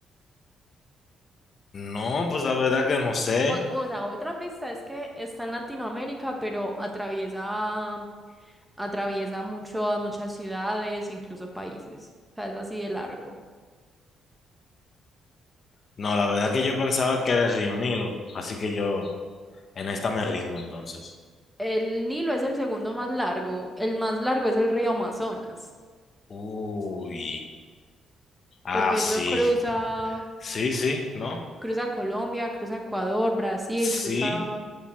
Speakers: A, on the left; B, in the centre.
A: No, pues la verdad que no sé.
B: O, o sea, otra pista es que está en Latinoamérica, pero atraviesa, atraviesa mucho, muchas ciudades, incluso países. O sea, es así de largo.
A: No, la verdad que yo pensaba que era el río Nilo, así que yo en esta me rindo entonces.
B: El Nilo es el segundo más largo. El más largo es el río Amazonas,
A: Uy, ah,
B: porque
A: sí.
B: eso cruza,
A: Sí, sí, ¿no?
B: cruza Colombia, cruza Ecuador, Brasil,
A: Sí.
B: cruza...